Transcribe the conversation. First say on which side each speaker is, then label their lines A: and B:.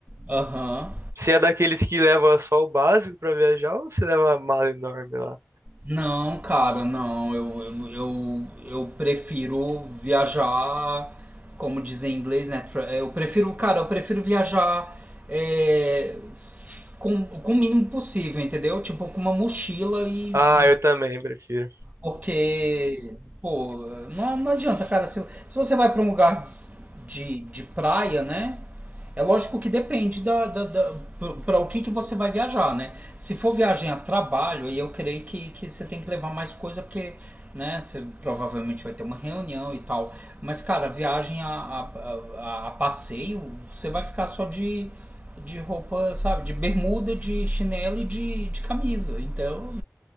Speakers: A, on the right; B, on the right.
A: Aham.
B: Você é daqueles que leva só o básico para viajar ou você leva a mala enorme lá?
A: Não, cara, não. Eu, eu, eu, eu prefiro viajar, como dizem em inglês, né? tra- Eu prefiro, cara, eu prefiro viajar é, s- com, com o mínimo possível, entendeu? Tipo, com uma mochila e,
B: Ah, eu também prefiro.
A: Porque, pô, não, não adianta, cara. Se, se você vai para um lugar de, de praia, né? É lógico que depende da, da, da, para o que, que você vai viajar, né? Se for viagem a trabalho, aí eu creio que, que você tem que levar mais coisa, porque, né, você provavelmente vai ter uma reunião e tal. Mas, cara, viagem a, a, a- a passeio, você vai ficar só de, de roupa, sabe? De bermuda, de chinelo e de, de camisa. Então,